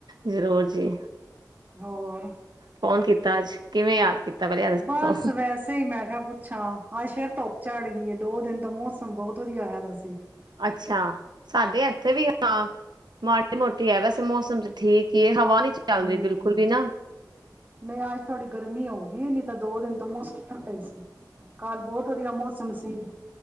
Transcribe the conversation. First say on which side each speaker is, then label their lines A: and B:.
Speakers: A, on the right (about 80°); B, on the right (about 25°).
A: ਜ਼ਰੂਰ ਜੀ
B: ਹੋਰ
A: ਫੋਨ ਕੀਤਾ ਅੱਜ ਕਿਵੇਂ ਯਾਦ ਕੀਤਾ ਪਹਿਲੇ ਇਹ ਦੱਸੋ
B: ਬਸ ਵੈਸੇ ਹੀ ਮੈਂ ਕਿਹਾ ਪੁੱਛਾਂ ਅੱਜ ਫ਼ਿਰ ਧੁੱਪ ਝੜ ਗਈ ਦੋ ਦਿਨ, ਮੌਸਮ ਬਹੁਤ ਵਧੀਆ ਹੋਇਆ ਦਾ ਸੀ।
A: ਅੱਛਾ ਸਾਡੇ ਇੱਥੇ ਵੀ ਹਾਂ ਮਾੜੀ ਮੋਟੀ ਹੈ ਵੈਸੇ ਮੌਸਮ ਚ ਠੀਕ ਹੀ ਹੈ ਹਵਾ ਨੀ ਚੱਲ
B: ਹੂੰ,
A: ਰਹੀ ਬਿਲਕੁਲ ਵੀ ਨਾ
B: ਨਹੀਂ ਅੱਜ ਥੋੜ੍ਹੀ ਗਰਮੀ ਹੋਊਗੀ ਹੋਣੀ। ਤਾਂ ਦੋ ਦਿਨ ਤੋਂ ਮੌਸਮ ਠੰਡਾ ਹੀ ਸੀ। ਕੱਲ ਬਹੁਤ ਵਧੀਆ ਮੌਸਮ ਸੀ।